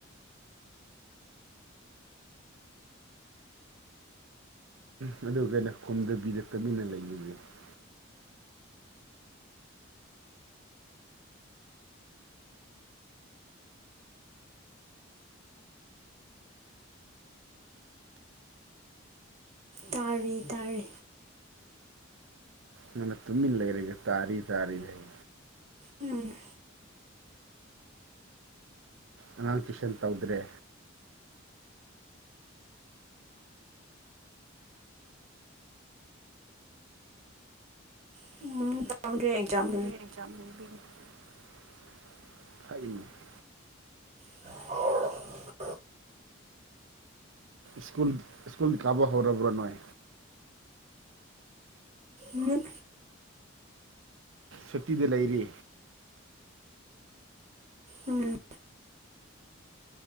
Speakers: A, on the right (about 70°); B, on the right (about 30°).
A: <inaudible>
B: ꯇꯥꯔꯤ ꯇꯥꯔꯤ
A: ꯅꯪꯅ ꯇꯨꯃꯤꯟ ꯂꯩꯔꯒ ꯇꯥꯔꯤ ꯇꯥꯔꯤ ꯍꯥꯏ
B: ꯎꯝ
A: ꯑꯉꯥꯡ ꯇꯨꯏꯁꯟ ꯇꯧꯗ꯭ꯔꯦ
B: <unintelligible>
A: <inaudible>
B: <inaudible>
A: ꯁ꯭ꯀꯨꯜ ꯁ꯭ꯀꯨꯜ ꯀꯥꯕ ꯍꯧꯔꯕ꯭ꯔꯥ ꯅꯣꯏ
B: ꯍꯨꯝ
A: ꯁꯨꯇꯤꯗ ꯂꯩꯔꯤ
B: ꯎꯝ